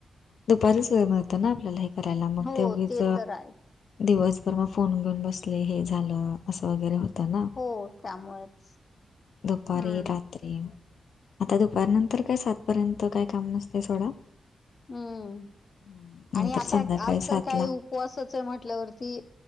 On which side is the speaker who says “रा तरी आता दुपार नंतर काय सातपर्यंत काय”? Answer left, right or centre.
Left